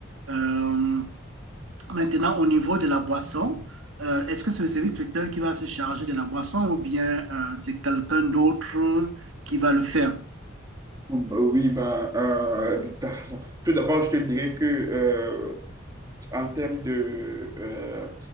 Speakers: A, on the right (about 80°); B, on the right (about 15°).
A: Euh, maintenant, au niveau de la boisson, euh, est-ce que c'est le service traiteur qui va se charger de la boisson ou bien euh, c'est quelqu'un d'autre qui va le faire?
B: Bon, Bah Oui, bah, euh, <laughs> tout d'abord, tout d'abord, je te dirais que euh, En termes de, euh,